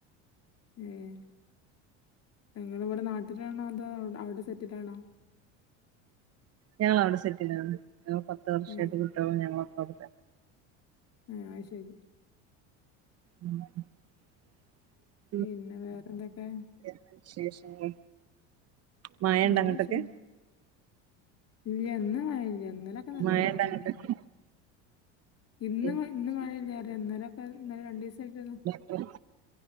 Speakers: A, on the left; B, on the right.
A: ഏഹ് നിങ്ങള് ഇവിടെ നാട്ടിലാണോ അതോ അവിടെ സെറ്റിലാണോ?
B: ഞങ്ങളവിടെ സെറ്റിലാണ് ഞങ്ങൾ പത്ത് വർഷായിട്ട്
A: ഏഹ്
B: കുട്ട്യാളും ഞങ്ങളൊക്കെ അവിടെ.
A: ആഹ് അത്ശരി.
B: ഉംഹ്
A: പിന്നെ വേറെ ന്തൊക്കെ?
B: എന്താ വിശേഷങ്ങൾ മയയുണ്ടോ
A: നല്ല
B: അങ്ങോട്ടൊക്കെ.
A: വിശേഷം. ഇല്ല ഇന്ന് മഴയില്ല്യ ഇന്നലെയൊക്കെ നല്ല
B: മഴണ്ടോ
A: മഴയേനി.
B: അങ്ങട്ടൊക്കെ
A: ഇന്ന്
B: ഏഹ്
A: മഴ ഇന്ന്
B: ശരി
A: മഴയില്ലാതെ ഇന്നലെയൊക്കെ ഇന്നലെ രണ്ടീസായിട്ടൊന്ന്.
B: ഉംഹ്.